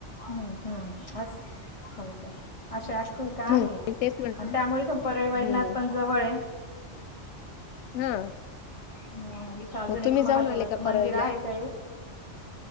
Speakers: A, on the left; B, on the left.
A: हम्म हम्म असं होय ते. अशा आखिका
B: हं,
A: आहे
B: मी तेच म्हटलं
A: आणि त्यामुळे पण परळी वैदनात
B: हम्म
A: पण जवळ आहे.
B: हा.
A: अं... इथे अजून
B: मग
A: एक
B: तुम्ही जाऊन
A: महादेवाचं
B: आले का
A: मंदिर
B: परळीला
A: आहे ते.